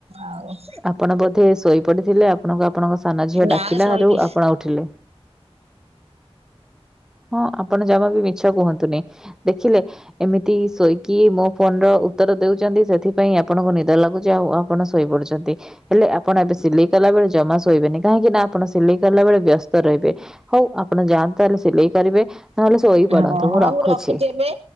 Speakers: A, on the right (about 75°); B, in the centre.
A: ଆଉ।
B: ଆପଣ ବୋଧେ ଶୋଇ ପଡ଼ିଥିଲେ ଆପଣଙ୍କୁ ଆପଣଙ୍କ ସାନ ଝିଅ
A: ନା
B: ଡାକିଲାରୁ
A: ଶୋଇନି
B: ଆପଣ ଉଠିଲେ। ହଁ ଆପଣ ଜମା ବି ମିଛ କୁହନ୍ତୁନି। ଦେଖିଲେ ଏମିତି ଶୋଇକି ମୋ ଫୋନ ର ଉତ୍ତର ଦଉଛନ୍ତି ସେଥି। ପାଇଁ ଆପଣଙ୍କୁ ନିଦ ଲାଗୁଛି ଆଉ ଆପଣ ଶୋଇ ପଡୁଛନ୍ତି ହେଲେ ଆପଣ ଏବେ ସିଲେଇ କଲା ବଳେ ଜମା ଶୋଇବେନି। କାହିଁକି ନା ଆପଣ ସିଲେଇ କଲା ବେଳେ ବ୍ୟସ୍ତ ରହିବେ ହଉ ଆପଣ ଯାଆନ୍ତୁ ତାହଲେ ସିଲେଇ କରିବେ। ନ ହେଲେ ଶୋଇ ପଡ଼ନ୍ତୁ
A: ହଁ ହଁ
B: ମୁଁ ରଖୁଛି।
A: ଏବେ